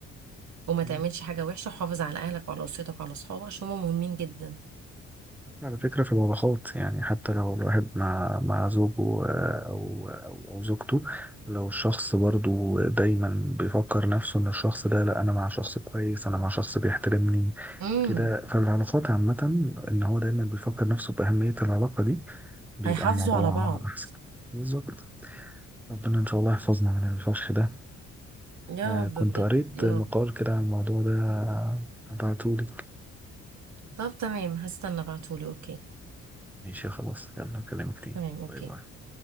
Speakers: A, on the right; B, in the centre.
A: وما
B: مم.
A: تعملش حاجه وحشه وحافظ على اهلك وعلى اسرتك وعلى اصحابك عشان هم مهمين جدا
B: على فكرة في الوضعات يعني حتى لو الواحد مع مع زوجه آه، أو أو أو زوجته لو الشخص برضو دايما بيفكر نفسه إن الشخص ده لأ أنا مع شخص كويس أنا مع شخص بيحترمني
A: امم
B: كده فالعلاقات عامة إن هو دايما بيفكر نفسه بأهمية العلاقة دي بيبقى
A: هيحافظوا
B: الموضوع
A: على بعض
B: أحسن بالظبط ربنا إن شاء الله يحفظنا من الفخ ده
A: يا
B: آه
A: رب
B: كنت
A: بجد
B: قريت
A: يا
B: مقال
A: رب
B: كده عن الموضوع ده هبعتهولك
A: طب تمام هستنى ابعتهولي اوكي
B: ماشي خلاص يلا أكلمك تاني
A: تمام اوكي
B: باي باي